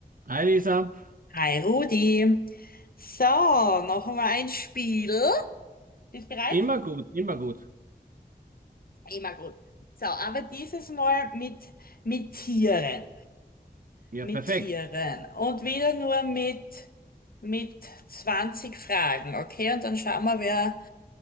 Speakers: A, on the right (about 55°); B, on the left (about 60°).
A: Hi Lisa,
B: Hi Rudi. So, noch einmal ein Spiel. Bist bereit?
A: immer gut, immer gut.
B: Immer gut. So, aber dieses Mal mit, mit Tieren.
A: Ja,
B: Mit
A: perfekt.
B: Tieren. Und wieder nur mit, mit 20 Fragen, okay? Und dann schauen wir, wer,